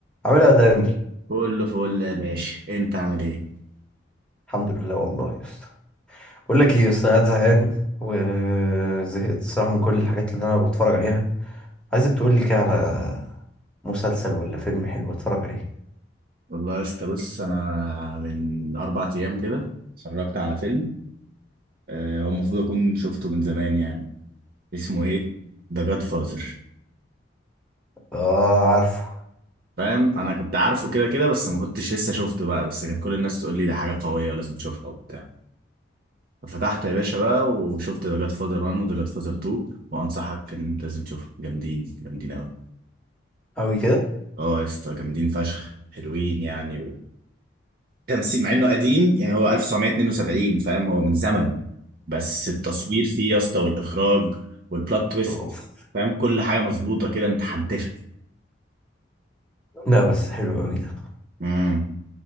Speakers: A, in the centre; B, on the right.
A: عامل ايه يا دانيال
B: كله فل يا باشا انت عامل ايه
A: الحمد لله والله يا اسطى بقول لك ايه يا اسطى انا قاعد زهقان وزهقت الصراحه من كل الحاجات اللي انا بتفرج عليها عايزك تقول لي كده على مسلسل ولا فيلم حلو اتفرج عليه
B: والله يا اسطى بص انا من اربع ايام كده اتفرجت على فيلم آه، هو المفروض اكون شفته من زمان يعني اسمه ايه ذا جاد فازر
A: اه عارفه
B: فاهم انا كنت عارفه كده كده بس ما كنتش لسه شفته بقى بس كان كل الناس تقول لي ده حاجه قويه ولازم تشوفها وبتاع ففتحت يا باشا بقى وشفت ذا جاد فازر 1 وذا جاد فازر 2 وانصحك ان انت لازم تشوفهم جامدين جامدين قوي
A: قوي كده
B: اه يا اسطى جامدين فشخ حلوين يعني تمثيل مع انه قديم يعني هو 1972 فاهم هو من زمن بس التصوير فيه يا اسطى والاخراج والبلوت تويست
A: اوف
B: فاهم كل حاجه مظبوطه كده متحنتفه
A: لا بس حلو قوي ده
B: امم